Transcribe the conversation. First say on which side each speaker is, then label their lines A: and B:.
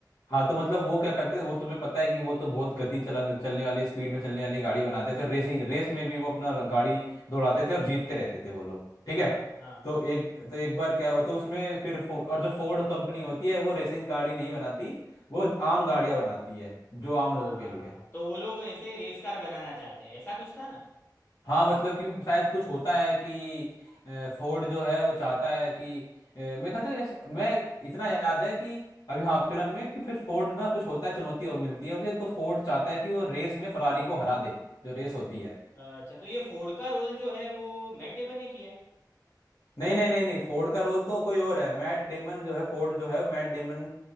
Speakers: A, on the left; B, on the left.
A: हाँ तो मतलब वो क्या करते थे वो तुम्हें पता है कि वो तो बहुत गति चला चलने वाली स्पीड में चलने वाली गाड़ी बनाते थे और रेसिंग रेस में भी वो अपना गाड़ी दौड़ाते थे और जीतते रहते थे वो लोग ठीक
B: हाँ
A: है
B: हाँ
A: तो एक तो एक बार क्या हुआ तो उसमें फिर फो, और जो फोर्ड कंपनी होती है वो रेसिंग गाड़ी नहीं बनाती वो आम गाड़ियां बनाती है जो आम
B: हाँ
A: लोगों के लिए
B: तो वो लोग ऐसे रेस कार बनाना चाहते हैं ऐसा कुछ था ना
A: हाँ मतलब कि शायद कुछ होता है कि अ, फोर्ड जो है वो चाहता है कि अ, मेरे ख्याल से जैसे मैं इतना याद है कि अभी हाँ फिल्म में कि फिर फोर्ड ना कुछ होता है चुनौती हो- मिलती है उसे तो फोर्ड चाहता है कि वो रेस में फरारी को हरा दे जो रेस होती है
B: अच्छा तो ये फोर्ड का रोल जो है वो मैट डेमन ने किया है
A: नहीं नहीं नहीं नहीं फोर्ड का रोल तो कोई और है मैट डेमन जो है फोर्ड जो है मैट डेमन